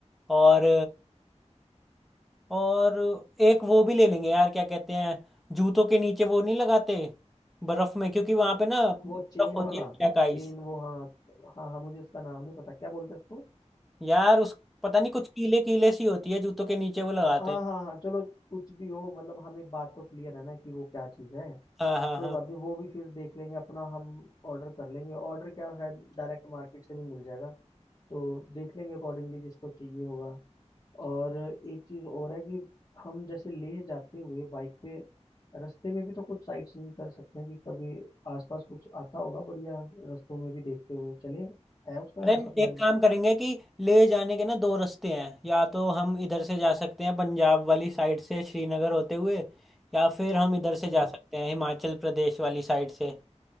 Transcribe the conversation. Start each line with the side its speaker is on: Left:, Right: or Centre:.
Centre: और और एक वो भी ले लेंगे यार क्या कहते हैं जूतों के नीचे वो नहीं लगाते बर्फ में क्योंकि वहां पे ना बर्फ
Left: वो चेन
Centre: होती
Left: वाला
Centre: है ब्लैक आइस
Left: चेन वो हाँ हाँ हाँ मुझे उसका नाम नहीं पता क्या बोलते हैं उसको
Centre: यार उस पता नहीं कुछ कीले कीले सी होती है जूतों के नीचे वो लगाते
Left: हाँ
Centre: हैं
Left: हाँ हाँ चलो कुछ भी हो मतलब हमें बात तो क्लियर है ना कि वो क्या चीज़ है
Centre: हाँ हाँ
Left: कोई
Centre: हाँ
Left: बात नहीं वो भी फिर देख लेंगे अपना हम ऑर्डर कर लेंगे ऑर्डर क्या शायद डायरेक्ट मार्केट से भी मिल जाएगा तो देख लेंगे अकॉर्डिंगली जिसको चाहिए होगा और एक चीज़ और है कि हम जैसे लेह जाते हुए बाइक पे रास्ते में भी तो कुछ साइट सीइंग कर सकते हैं कि कभी आसपास कुछ आता होगा बढ़िया रास्तों में भी देखते हुए चले है उसका
Centre: अरे
Left: ऐसा प्लान
Centre: एक काम करेंगे कि ले जाने के ना दो रास्ते हैं या तो हम इधर से जा सकते हैं पंजाब वाली साइड से श्रीनगर होते हुए या फिर हम इधर से
Left: हम्म
Centre: जा सकते हैं हिमाचल प्रदेश वाली साइड से